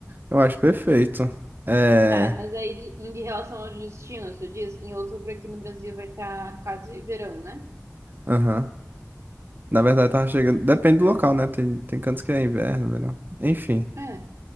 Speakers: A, on the right (about 40°); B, on the right (about 70°).
A: eu acho perfeito. É,
B: Tá, mas aí de- em relação ao destino, tu diz, em outubro aqui no Brasil vai estar quase verão, né?
A: aham. Na verdade, tava chegando. Depende do local, né? Tem, tem cantos que é inverno, verão. Enfim.
B: É.